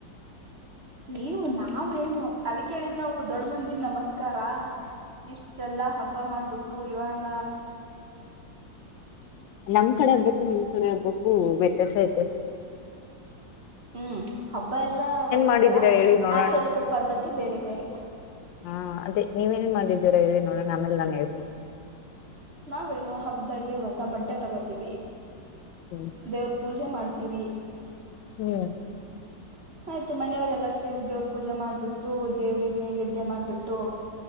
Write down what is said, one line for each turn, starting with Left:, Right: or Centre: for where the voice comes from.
Right: ಹ್ಮ ನೀವು ನಾವ ಏನು ಅದಕ್ೇಳಿದ್ ನಾವು ದೊಡ್ಡ ಮಂದಿಗ್ ನಮಸ್ಕಾರ ಇಷ್ಟೆಲ್ಲಾ ಹಬ್ಬ ಮಾಡ್ಬಿಟ್ಟು ಇವಾಗ
Left: ನಮ್ ಕಡೆ ಆಗ್ಬೇಕು ನಿಮ್ ಕಡೆ ಆಗ್ಬೇಕು ವ್ಯತ್ಯಾಸ ಆಯ್ತ
Right: ಹ್ಮ್ ಹಬ್ಬ ಎಲ್ಲಾ ಒಂದೇ
Left: ಮಾಡಿದೀರಾ
Right: ತರ
Left: ಹೇಳಿ ನೋಡೋಣ
Right: ಆಚರಿಸೋ ಪದ್ಧತಿ ಬೇರೆ ಬೇರೆ
Left: ಹಾ ಅದೇ ನೀವೇನ್ ಮಾಡಿದ್ದೀರ ಹೇಳಿ ನೋಡಣ ನ ಆಮೇಲ್ ನಾನು ಹೇಳ್ತೀನಿ
Right: ನಾವೇನು ಹಬದಲ್ಲಿ ಹೊಸ ಬಟ್ಟೆ ತಗೋತೀವಿ
Left: ಹ್ಮ್
Right: ದೇವ್ರ ಪೂಜೆ ಮಾಡ್ತ ವಿ
Left: ಹ್ಮ್
Right: ಆಯ್ತು ಮನೆಯವ್ರ ಎಲ್ಲಾ ಸೇರ ದೇವರು ಪೂಜೆ ಮಾಡ್ಬಿಟ್ಟು ದೇವ್ರಿಗೆ ನೈವೇದ್ಯ ಮಾಡ್ಬಿಟ್ಟು